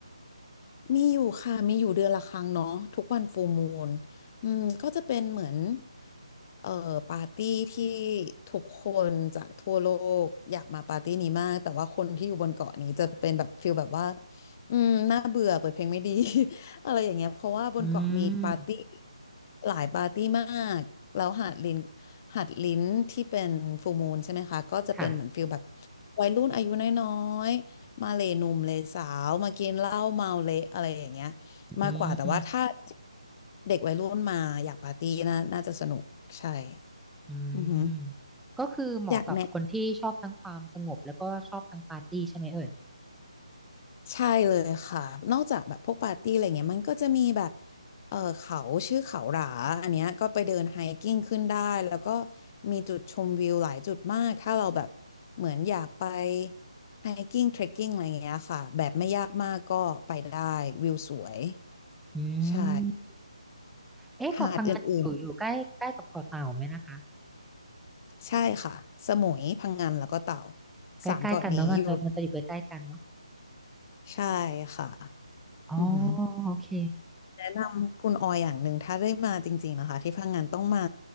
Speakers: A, on the left (about 30°); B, in the centre.
A: มีอยู่ค่ะมีอยู่เดือนละครั้งเนาะทุกวันฟูลมูนอืมก็จะเป็นเหมือนเอ่อปาร์ตี้ที่ทุกคนจากทั่วโลกอยากมาปาร์ตี้นี้มากแต่ว่าคนที่อยู่บนเกาะนี้จะเป็นแบบฟิลแบบว่าอืมน่าเบื่อเปิดเพลงไม่ดี <laughs> อะไรอย่างเงี้ยเพราะว่าบนเกาะมีปาร์ตี้
B: อืม
A: หลายปาร์ตี้มากแล้วหาดลิ้นหาดลิ้นที่เป็นฟูลมูนใช่ไหมคะก็จะเป็นเหมือนฟิลแบบ
B: ค่ะ
A: วัยรุ่นอายุน้อย มาเลหนุ่มเลยสาวมากินเหล้าเมาเละอะไรอย่างเงี้ย
B: อืม
A: มากกว่าแต่ว่าถ้าเด็กวัยรุ่นมาอยากปาร์ตี้นะน่าจะสนุกใช่
B: อื
A: อือหือ
B: มก็คือเหมาะกับคนที่ชอบทั้งความสงบแล้วก็ชอบทั้งปาร์ตี้ใช่ไหมเอ่ย
A: อยากแนะใช่เลยค่ะนอกจากแบบพวกปาร์ตี้อะไรเงี้ยมันก็จะมีแบบเออเขาชื่อเขาหราอันเนี้ยก็ไปเดินไฮกิ้งขึ้นได้แล้วก็มีจุดชมวิวหลายจุดมากถ้าเราแบบเหมือนอยากไปไฮกิ้งเทรคกิ้งอะไรเงี้ยค่ะแบบไม่ยากมากก็ไปได้วิวสวย
B: อื
A: ใช่
B: มเอ๊ะเกาะพังงานอยู่อยู่ใกล้ใกล้กับเกาะเต่าไหมนะคะ
A: หาดอื่นๆใช่ค่ะสมุยพังงานแล้วก็เต่า
B: ใกล้ๆกันเนาะมันจะมันจะอยู่ใกล้ๆกันเนาะ
A: สามเกาะนี้อยู่ใช่ค่ะ
B: อ๋อ
A: อือหือ
B: โอเค
A: แนะนำคุณออยอย่างหนึ่งถ้าได้มาจริงๆนะคะที่พังงานต้องมา